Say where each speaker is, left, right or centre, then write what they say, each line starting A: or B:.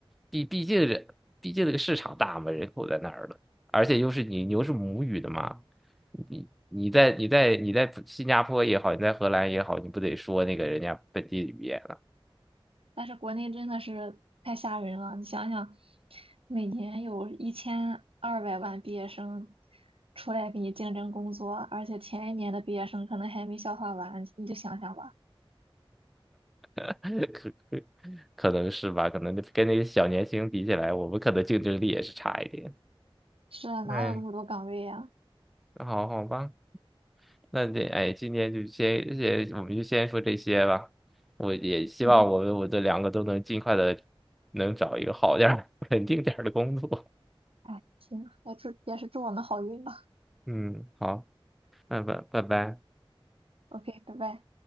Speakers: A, in the centre; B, on the right.
A: 毕毕竟人毕竟这个市场大嘛，人口在那儿了，而且又是你你又是母语的嘛，你。你在你在你在新加坡也好，你在荷兰也好，你不得说那个人家本地语言？
B: 但是国内真的是太吓人了，你想想，每年有一千二百万毕业生出来给你竞争工作，而且前一年的毕业生可能还没消化完，你就想想吧。
A: <laughs> 可可可能是吧，可能跟那些小年轻比起来，我们可能竞争力也是差一点。
B: 是啊，哪有那么多岗位呀？
A: 哎，好好吧，那这哎，今天就先先，我们就先说这些吧。我也希望我们我这两个都能尽快的
B: 行，
A: 能找一个好点儿、<laughs> 稳定点儿的工作。
B: 哎，行，也祝也是祝我们好运吧。
A: 嗯，好，拜拜，拜拜。
B: OK，拜拜。